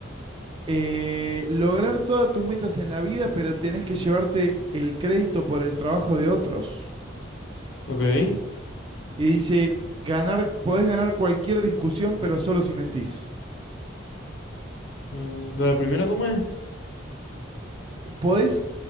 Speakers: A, on the right (about 25°); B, on the left (about 65°).
A: eh, lograr todas tus metas en la vida, pero tenés que llevarte el crédito por el trabajo de otros.
B: Ok.
A: Y dice, ganar, podés ganar cualquier discusión, pero solo si mentís.
B: Mm, la primera, ¿cómo es?
A: Podés,